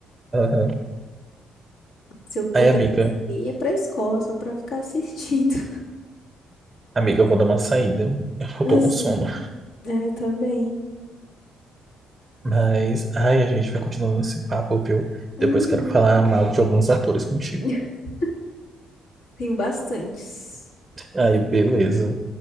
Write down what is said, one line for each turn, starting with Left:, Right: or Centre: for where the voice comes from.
Right: Aham.
Left: Se eu pudesse,
Right: Aí, amiga,
Left: nem ia pra escola só pra ficar assistindo. <laughs>
Right: amiga, eu vou dar uma saída. Eu
Left: Assim,
Right: tô com sono.
Left: é, eu também.
Right: Mas, ai, a gente vai continuando esse papo, viu? Depois
Left: Uhum.
Right: quero falar mal de alguns atores contigo.
Left: <laughs> Tenho bastantes.
Right: Aí, beleza.